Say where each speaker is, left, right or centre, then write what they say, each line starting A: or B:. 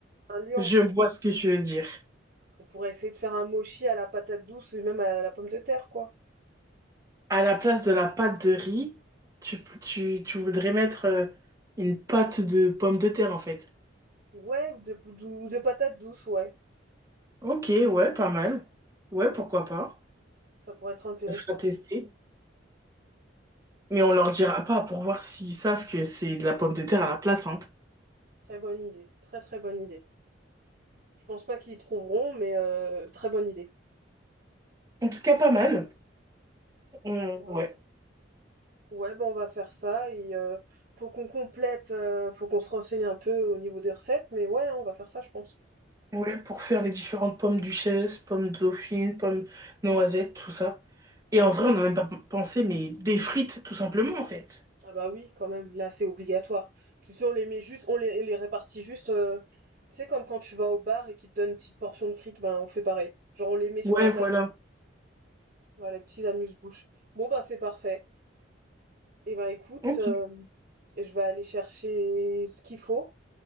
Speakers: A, on the right; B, on the right.
A: Un lion.
B: je vois ce que tu veux dire.
A: On pourrait essayer de faire un mochi à la patate douce ou même à la pomme de terre, quoi.
B: À la place de la pâte de riz, tu, tu, tu voudrais mettre euh, une pâte de pommes de terre en fait.
A: Ouais, ou de, ou de patates douces, ouais.
B: Ok, ouais, pas mal. Ouais, pourquoi pas.
A: Ça pourrait être intéressant.
B: Ça sera testé. Mais on leur dira pas pour voir s'ils savent que c'est de la pomme de terre à la place, hein.
A: Très bonne idée. Très très bonne idée. Je pense pas qu'ils trouveront, mais euh, très bonne idée.
B: En tout cas, pas mal. On-
A: Ouais.
B: ouais.
A: Ouais, ben on va faire ça et euh, faut qu'on complète, euh, faut qu'on se renseigne un peu au niveau des recettes, mais ouais, hein, on va faire ça, je pense.
B: Ouais, pour faire les différentes pommes duchesse, pommes dauphine, pommes noisettes, tout ça. Et en vrai, on n'a même pas p- pensé, mais des frites, tout simplement, en fait.
A: Ah bah oui, quand même, là c'est obligatoire. Tu sais, on les met juste, on les, les répartit juste. euh, tu sais, comme quand tu vas au bar et qu'ils te donnent une petite portion de frites, ben on fait pareil. Genre on les met sur
B: Ouais,
A: la table.
B: voilà.
A: Ouais, les petits amuse-bouches. Bon, ben, c'est parfait. Eh ben, écoute,
B: Ok.
A: euh, je vais aller chercher ce qu'il faut.